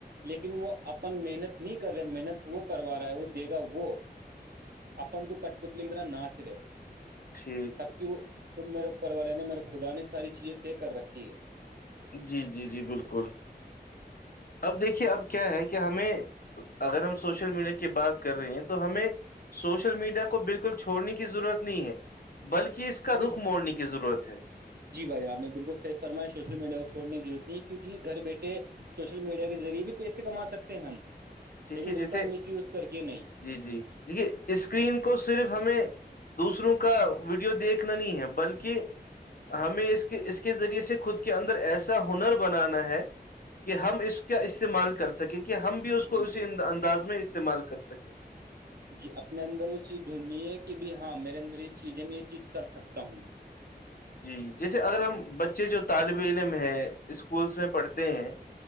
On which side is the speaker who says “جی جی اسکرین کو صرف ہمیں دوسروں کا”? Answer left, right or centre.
Left